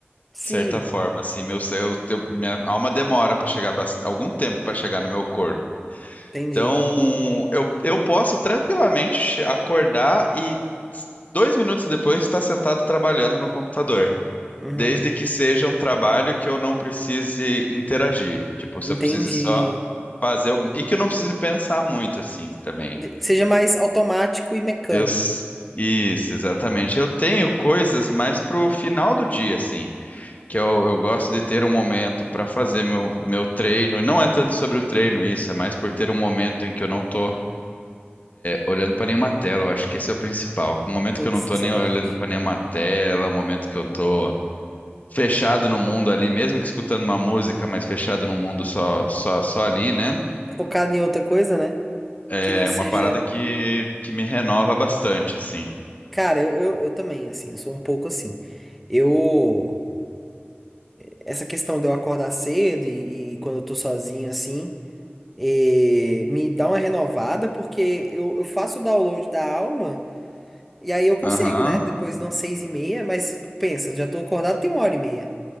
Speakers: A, in the centre; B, on the left.
A: Sim,
B: de certa forma, assim, meu, eu, eu- minha alma demora para chegar bast- algum tempo para chegar no meu corpo.
A: entendi.
B: Então, eu, eu posso tranquilamente acordar e dois minutos depois estar sentado trabalhando no computador.
A: Uhum.
B: Desde que seja um trabalho que eu não precise interagir. Tipo, se
A: Entendi.
B: eu precise só fazer. algum- E que eu não precise pensar muito assim também.
A: De- que Seja mais automático e mecânico.
B: Eu... s- Isso, exatamente. Eu tenho coisas mais pro final do dia, assim. Que eu, eu gosto de ter um momento para fazer meu, meu treino. E não é tanto sobre o treino isso, é mais por ter um momento em que eu não tô olhando para nenhuma tela, eu acho que esse é o principal. O momento
A: Putz,
B: que eu não tô
A: isso
B: nem
A: é verdade.
B: olhando para nenhuma tela, o momento que eu tô fechado no mundo ali, mesmo que escutando uma música, mas fechado no mundo só só só ali, né?
A: Focado em outra coisa, né?
B: É
A: Que não seja.
B: uma parada que que me renova bastante, assim.
A: Cara, eu, eu, eu também, assim, eu sou um pouco assim. Eu. Essa questão de eu acordar cedo e, e quando eu tô sozinho, assim, eh, me dá uma renovada, porque eu, eu faço o download da alma e aí eu consigo,
B: Aham.
A: né? Depois de umas seis e meia, mas pensa, já tô acordado tem uma hora e meia.